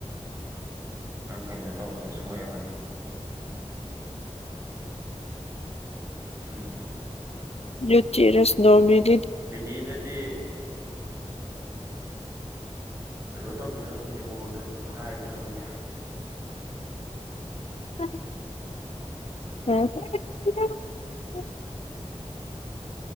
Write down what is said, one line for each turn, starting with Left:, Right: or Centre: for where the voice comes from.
Right: ꯅꯪ ꯀꯩꯅ ꯇꯧꯕꯧꯗꯁ ꯁꯣꯏꯔꯒꯗꯤ ꯎꯝꯍꯝ
Left: ꯌꯨꯇ‌ꯦꯔꯁ ꯅꯣꯔꯃꯤꯜ
Right: ꯕꯤꯅꯤꯗꯗꯤ ꯀꯩꯅꯣ ꯇꯧꯁꯤꯔ ꯈꯪꯗꯦ ꯃꯉꯣꯟꯗꯁꯨ ꯍꯥꯏꯁꯤꯔ ꯈꯪꯗꯦ
Left: ꯎ <unintelligible> ꯎꯝ <unintelligible>